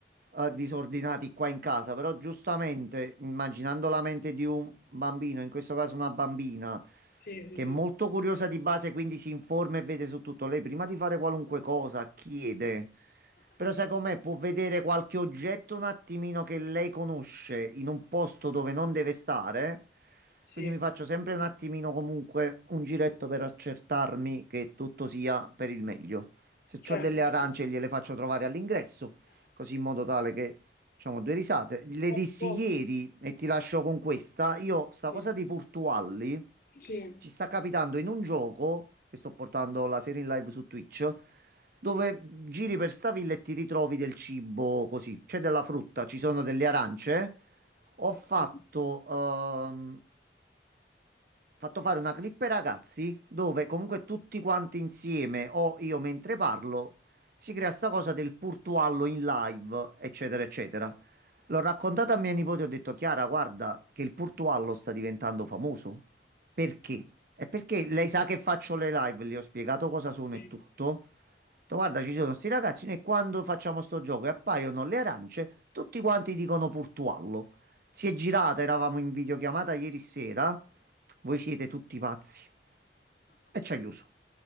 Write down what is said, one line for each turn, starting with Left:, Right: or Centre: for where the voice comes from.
Right: eh, disordinati qua in casa, però giustamente immaginando la mente di un bambino, in questo caso una bambina,
Left: Sì, sì,
Right: che
Left: sì,
Right: è molto curiosa di base, quindi si informa e vede su tutto, lei prima di fare qualunque cosa chiede. Però sai com'è? Può vedere qualche oggetto un attimino che lei conosce in un posto dove non deve stare.
Left: sì,
Right: Quindi mi faccio sempre un attimino comunque un giretto per accertarmi che tutto sia per il meglio. Se
Left: certo,
Right: ho delle
Left: certo.
Right: arance gliele faccio trovare all'ingresso così in modo tale che diciamo due risate. Le
Left: A
Right: dissi
Left: po-
Right: ieri e ti lascio con questa, io sta
Left: sì,
Right: cosa di Portualli
Left: sì,
Right: ci sta capitando in un gioco che sto portando la serie in live su Twitch dove
Left: sì,
Right: giri per sta villa e ti ritrovi del cibo così, c'è della frutta, ci sono delle arance. Ho fatto
Left: sì,
Right: ehm, fatto fare una clip ai ragazzi dove comunque tutti quanti insieme o io mentre parlo si crea sta cosa del Purtuallo in live, eccetera, eccetera. L'ho raccontata a mia nipote, ho detto, Chiara, guarda che il Purtuallo sta diventando famoso. Perché? È perché lei sa che faccio le live, le ho spiegato cosa sono
Left: sì.
Right: e tutto. Ho detto, guarda, ci sono sti ragazzi, noi quando facciamo sto gioco e appaiono le arance, tutti quanti dicono Purtuallo. Si è girata, eravamo in videochiamata ieri sera, voi siete tutti pazzi. E ci ha chiuso.